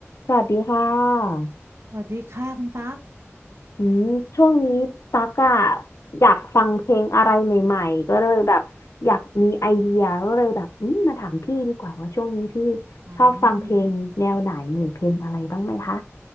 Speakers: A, on the left; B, on the right.
A: สวัสดีค่ะ
B: สวัสดีค่ะคุณตั๊ก
A: อืมช่วงนี้ตั๊กอะอยากฟังเพลงอะไรใหม่ๆ ก็เลยแบบอยากมีไอเดียก็เลยแบบอืมมาถามพี่ดีกว่าว่าช่วงนี้พี่
B: อืม
A: ชอบฟังเพลงแนวไหนหรือเพลงอะไรบ้างไหมคะ